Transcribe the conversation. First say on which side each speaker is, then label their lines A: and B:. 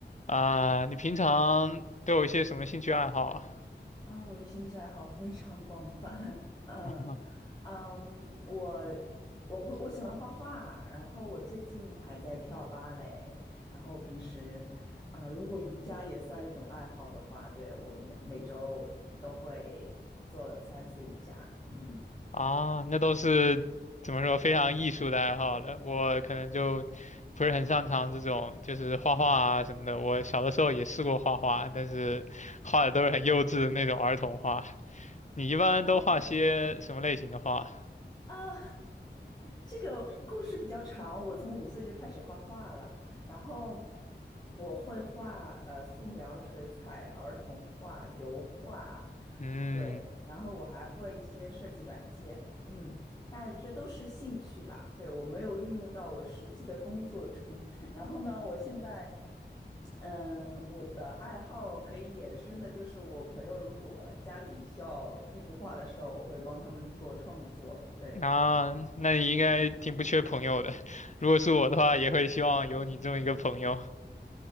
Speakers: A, on the left (about 40°); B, on the left (about 20°).
A: 啊，你平常都有一些什么兴趣爱好啊？
B: 啊，我的兴趣爱好非常广泛。<laughs> 嗯
A: <laughs>
B: 嗯，我我会我喜欢画画，然后我最近还在跳芭蕾，然后平时啊，如果瑜伽也算一种爱好的话，对，我每每周都会做三次瑜伽。嗯，
A: 啊，啊那都是怎么说非常艺术的爱好了。我可能就不是很擅长这种，就是画画啊什么的。我小的时候也试过画画，但是画的都是很幼稚的那种儿童画。你一般都画些什么类型的画？
B: 哦。啊，这个故事比较长。我从五岁就开始画画了，然后我会画呃素描、水彩、儿童画、油画，
A: 嗯，
B: 对，然后我还会一些设计软件，嗯，但是这都是兴趣啦，对，我没有运用到我实际的工作中，然后呢，我现在，嗯，我的爱好可以衍生的就是，我朋友如果家里需要一幅画的时候，我会帮他们做创作。对，
A: 啊，那你应该挺不缺朋友的。<laughs> 如果是我的话，也会希望有你这么一个朋友。